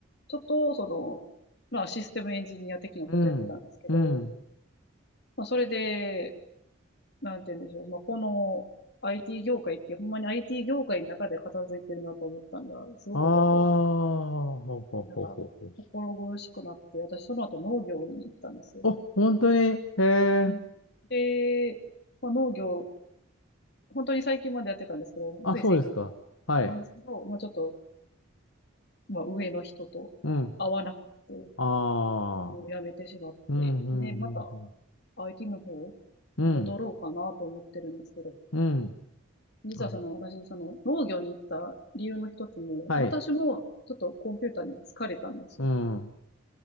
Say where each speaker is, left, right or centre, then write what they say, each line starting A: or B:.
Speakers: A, on the left (about 50°); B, on the left (about 75°).
A: ょっと、その、まあ、システムエンジニア的なことやってたんですけど、
B: うん。うん。
A: まあ、それで、なんて言うんでしょう。まあ、この IT 業界って、ほんまに IT 業界の中で片付いてるなと思ったんが、すごくちょっと、
B: ああ、ほうほうほうほうほう。
A: なんか、心苦しくなって、私その後農業に行ったんですよ。
B: お、本当にへえ。
A: うんで、まあ、農業、本当に最近までやってたんですけど、
B: あ、
A: つい先月まで。
B: そうですか。はい。
A: なんですけど、まあ、ちょっと、まあ、上の人と会わなくて、
B: うん。ああ。
A: もう辞めてしまって、
B: うん、うん、
A: で、また
B: うん、
A: IT の方
B: うん。
A: 戻ろうかなと思ってるんですけど、
B: うん。うん
A: 実はその私、
B: あ
A: その農業に行った理由の一つも、
B: はい。
A: 私もちょっとコンピューターに疲れたんですよ。
B: うん。